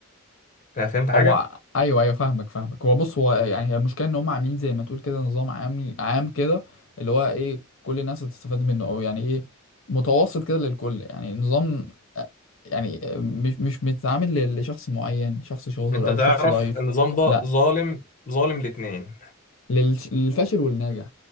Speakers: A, on the left (about 40°); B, on the left (about 70°).
A: آه، فهمت حاجه
B: هو ايوه ايوه فاهمك فاهمك هو بص هو يعني هي المشكله ان هم عاملين زي ما تقول كده نظام عام عام كده اللي هو ايه كل الناس هتستفاد منه او يعني ايه متوسط كده للكل يعني نظام يعني مش مش متعامل ل- لشخص معين شخص شاطر
A: انت
B: او
A: تعرف
B: شخص ضعيف
A: النظام ده
B: لا
A: ظالم ظالم الاتنين
B: لل- للفاشل والناجح